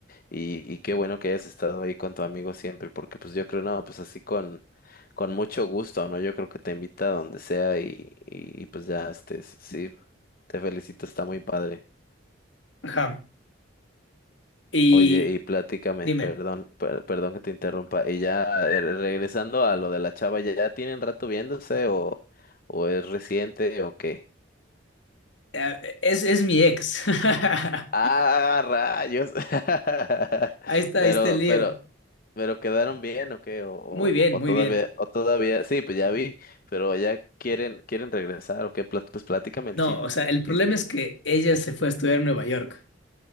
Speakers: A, on the left (about 45°); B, on the left (about 65°).
A: y, y qué bueno que hayas estado ahí con tu amigo siempre, porque pues yo creo, no, pues así con, con mucho gusto, ¿no? Yo creo que te invita a donde sea y, y, y pues ya, este, sí, te felicito, está muy padre.
B: Ajá. Y,
A: Oye, y platícame,
B: Dime,
A: perdón, per- perdón que te interrumpa, y ya eh, regresando a lo de la chava, ¿ya, ya tienen rato viéndose o, o es reciente o qué?
B: eh, es, es mi ex. <laughs>
A: Ah, rayos. <laughs>
B: Ahí está,
A: Pero,
B: ahí está el lío.
A: pero, pero quedaron bien, ¿o qué? O, o,
B: Muy bien,
A: o
B: muy
A: todavía,
B: bien.
A: o todavía, sí, pues ya vi, pero ya quieren, quieren regresar, ¿o qué? Plat- Pues platícame
B: No,
A: el chi-
B: o sea, el problema
A: chisme.
B: es que ella se fue a estudiar en Nueva York.